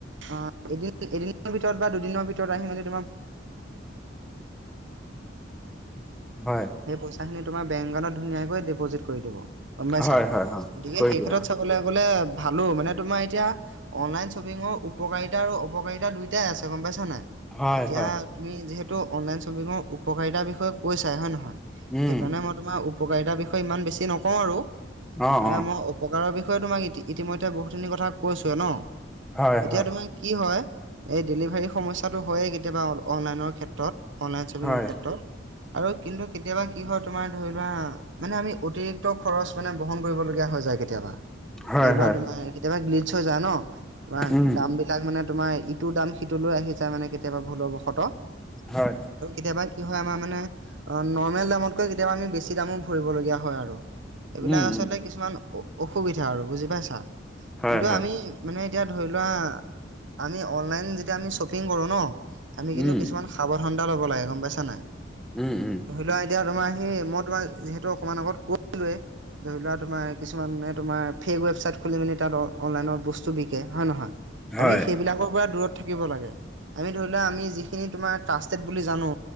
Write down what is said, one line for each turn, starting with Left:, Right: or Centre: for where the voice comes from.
Right: অ' এদিন - এদিনৰ ভিতৰত বা দুদিনৰ ভিতৰত আহি মানে। <unintelligible>
Centre: হয়
Right: সেই পইচাখিনি তোমাৰ বেং একাউন্ট ধুনীয়াকৈ দি পজিটি কৰি দিব গ'ম পাইছা
Centre: হয় হয় অ
Right: গতিকে
Centre: কৈ
Right: সেই
Centre: দিয়া
Right: ক্ষেত্ৰত চাবলৈ গ'লে। ভালোঁ মানে তোমাৰ এতিয়া অনলাইন শ্বপিঙৰ উপকাৰিতা আৰু অপকাৰিতা দুয়োটাই আছে গম পাইছা নাই।
Centre: হয়
Right: এতিয়া
Centre: হয়
Right: তুমি যিহেতু অনলাইন শ্বপিঙৰ উপকাৰিতাৰ বিষয়ে কৈছাই হয় নে নহয়
Centre: উম
Right: সেইকাৰণে মই তোমাৰ উপকাৰিতাৰ বিষয়ে ইমান বেছি নকও আৰু
Centre: অ
Right: ত
Centre: অ
Right: মই প্ৰকাৰৰ বিষয়ে তোমাক ই ইতিমধ্যে বহুতখিনি কথা কৈছোৱে ন
Centre: হয়
Right: এতিয়া
Centre: হয়
Right: তোমাক কি হয় এই ডেলিভাৰী সমস্যাটো হয়েই কেতিয়াবা অনলাইনৰ ক্ষেত্ৰত। অনলাইন শ্বপিঙৰ
Centre: হয়
Right: ক্ষেত্ৰত আৰু কিন্তু কেতিয়াবা কি হয়, তোমাৰ ধৰি লোৱা মানে আমি। অতিৰিক্ত খৰচ মানে বহন কৰিবলগীয়া হৈ যায় কেতিয়াবা।
Centre: হয়
Right: ধৰি লোৱা
Centre: হয়
Right: তোমাৰ কেতিয়াবা গ্লিচ হৈ যায় ন তোমাৰ
Centre: উম
Right: দাম বিলাক মানে তোমাৰ ইটো দাম সিটো লৈ আহি যায় মানে কেতিয়াবা ভুলৰ বশত।
Centre: হয়
Right: ত' কেতিয়াবা কি হয় আমাৰ মানে। অ নৰ্মেল দামতকৈ কেতিয়াবা আমি বেছি দামো ভৰিবলগীয়া হয় আৰু সেইবিলাক
Centre: উম
Right: আচলতে
Centre: উম
Right: কিছুমান অসুবিধা আৰু বুজি পাইছা
Centre: হয়
Right: কিন্তু
Centre: হয়
Right: আমি। মানে এতিয়া ধৰি লোৱা আমি অনলাইন যেতিয়া আমি শ্বপিং কৰো ন আমি কিন্তু
Centre: উম
Right: কিছুমান। সাৱধানতা লব লাগে গম পাইছা নাই।
Centre: উম উম।
Right: ধৰি লোৱা এতিয়া তোমাৰ সেই মই তোমাক যিহেতু অকণমান আগত কৈচিলোৱেই। ধৰি লোৱা তোমাৰ কিছুমানে তোমাৰ ফেক ৱেবছাইট খুলি মেলি তাত অনলাইনত বস্তু বিকে হয় নহয়।
Centre: হয়
Right: আমি সেইবিলাকৰ পৰা দূৰত থাকিব লাগে। আমি ধৰি লোৱা আমি যিখিনি তোমাৰ ট্ৰাষ্টেড বুলি জানো